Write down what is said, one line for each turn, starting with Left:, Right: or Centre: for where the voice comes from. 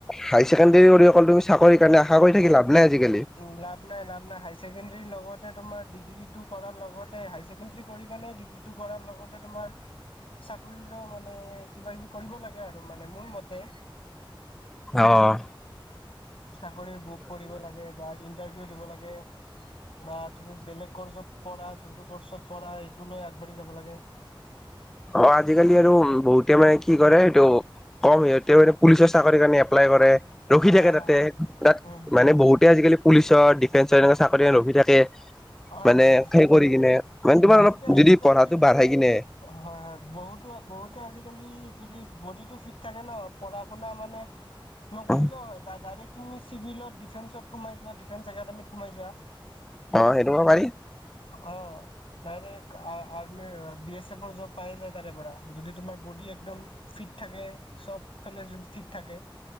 Centre: হাই ছেকেণ্ডেৰী কৰি অকল তুমি চাকৰিৰ কাৰণে আশা কৰি থাকি লাভ নাই আজিকালি।
Left: উম লাভ নাই লাভ নাই হাই ছেকেণ্ড ণ্ডাৰী লগতে তোমাৰ ডিগ্ৰীটো কৰাৰ লগতে হাই ছেকেণ্ডাৰী কৰি কেনে ডিগ্ৰীটো কৰাৰ লগতে তোমাৰ চাকৰিৰো মানে কিবা কিবি কৰিব লাগে আৰু মানে মোৰ মতে
Centre: অহ
Left: চাকৰিৰ বুক পঢ়িব লাগে বা ইন্টাৰভিউ দিব লাগে বা তুমি বেলেগ কোৰ্চত পঢ়া যোনটো কোৰ্চত পঢ়া এইটো লৈ আগবাঢ়ি যাব লাগে
Centre: অ আজিকালি আৰু বহুতে মানে কি কৰে এইটো কম সিহঁতে মানে পুলিচৰ চাকৰিৰ কাৰণে এপ্লাই কৰে ৰখি
Left: হয়
Centre: থাকে
Left: হয়
Centre: তাতে
Left: হয়
Centre: তাত
Left: উম
Centre: মানে বহুতে আজিকালি পুলিচৰ ডিফেন্সৰ এনেকুৱা চাকৰি কাৰনে ৰখি থাকে
Left: হয়-
Centre: মানে
Left: হয় -হয়
Centre: সেই কৰি কিনে মানে তোমাৰ
Left: বহুতে
Centre: অলপ
Left: আজিকালি
Centre: যদি পঢ়াটো বাঢ়াই কিনে
Left: হয় - হয়। বহুতো -বহুতে আজিকালি যদি বডিটো ফিট থাকে ন পঢ়া শুনা মানে নকৰিলেও
Centre: অ,
Left: হয় ডাইৰেক্ট। তুমি চিভিলত ডিফেন্সত সোমাই যোৱা ডিফেন্স একাডেমিত সোমাই যোৱা।
Centre: অহ ', সেইটো পাৰি।
Left: অহ ', ডাইৰেক্ট আৰ্মি বি এছ এফৰ জব পাই যায় তাৰে পৰা যদি তোমাৰ বডি একদম ফিট থাকে চব ফালে যদি ফিট থাকে।